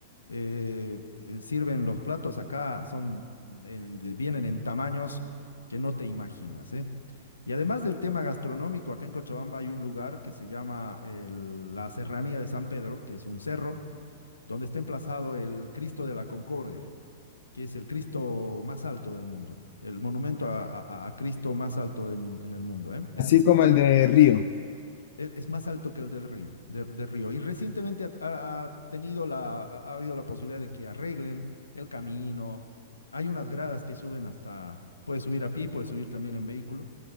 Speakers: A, on the left; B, on the left.
A: Eh, eh, sirven los platos acá, son, en- de- vienen en tamaños que no te imaginas, ¿eh? Y además del tema gastronómico, acá en Cochabamba hay un lugar que se llama el- la Serranía de San Pedro, que es un cerro, donde está emplazado el Cristo de la Concordia, que es el Cristo más alto del mundo, el monumento a, a- a Cristo más alto en, en el mundo, ¿eh? Es
B: Así
A: mu-
B: como
A: mucho
B: el
A: más,
B: de Río.
A: es, es más alto que el del río, de- del río. Y recientemente ha, ha- ha tenido la, ha habido la posibilidad de que arreglen el camino. Hay unas gradas que suben hasta, puedes subir a pie, puedes subir también en vehículo